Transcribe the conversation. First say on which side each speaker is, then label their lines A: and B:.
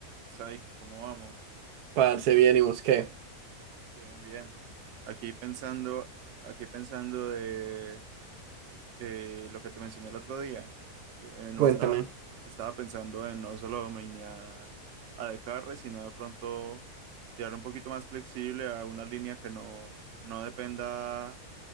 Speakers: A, on the right; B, on the right.
A: Saiko, ¿cómo vamos?
B: Parce, bien, ¿y vos qué?
A: Bien, bien. Aquí pensando, aquí pensando de eh, lo que te mencioné el otro día, que no
B: Cuéntame.
A: está, estaba pensando en no solo dominar a Descartes, sino de pronto tirar un poquito más flexible a una línea que no, no dependa